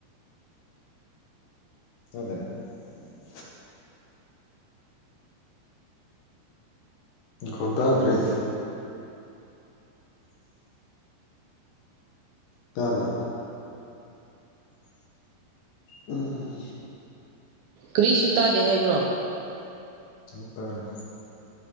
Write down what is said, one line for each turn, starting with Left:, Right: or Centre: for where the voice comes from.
Left: <unintelligible> ꯅꯥꯈꯣꯟ ꯇꯥꯗ꯭ꯔꯦ ꯇꯕ꯭ꯔꯥ ꯎꯝ
Right: ꯀꯔꯤꯁꯨ ꯇꯥꯗꯦ ꯍꯥꯏꯕ꯭ꯔꯣ
Left: ꯑꯥꯃꯨꯛ ꯇꯥꯔꯦ